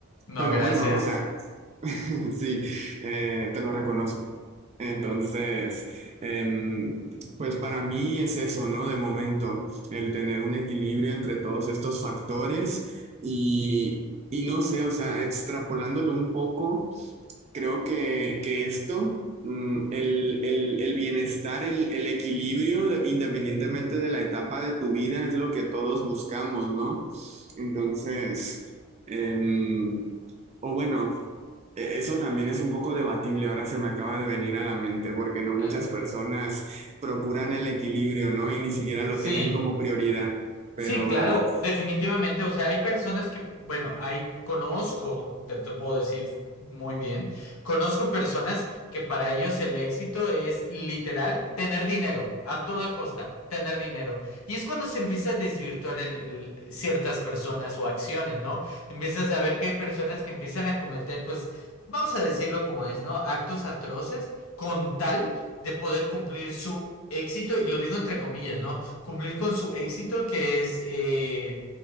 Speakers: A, on the left (about 70°); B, on the right (about 30°).
A: No,
B: pero
A: gracias.
B: bueno, o sea. <laughs> Sí, eh, te lo reconozco. Entonces, em, pues para mí es eso, ¿no? De momento, el tener un equilibrio entre todos estos factores y, y no sé, o sea, extrapolándolo un poco. Creo que, que esto, mm, el, el- el bienestar, el, el equilibrio, de- independientemente de la etapa de tu vida, es lo que todos buscamos, ¿no? Entonces, em, o bueno, e- eso también es un poco debatible, ahora se me acaba de venir a la mente, porque no muchas
A: Eh,
B: personas procuran el equilibrio, ¿no? Y ni siquiera lo
A: Sí,
B: tienen como prioridad, pero...
A: Sí, claro, definitivamente. O sea, hay personas que, bueno, hay, conozco, te, te puedo decir muy bien, conozco personas que para ellos el éxito es literal tener dinero, a toda costa, tener dinero. Y es cuando se empieza a desvirtuar el- el- ciertas personas o acciones, ¿no? Empiezas a ver que hay personas que empiezan a cometer, pues, vamos a decirlo como es, ¿no? Actos atroces con tal de poder cumplir su éxito, y lo digo entre comillas, ¿no? cumplir con su éxito, que es eh,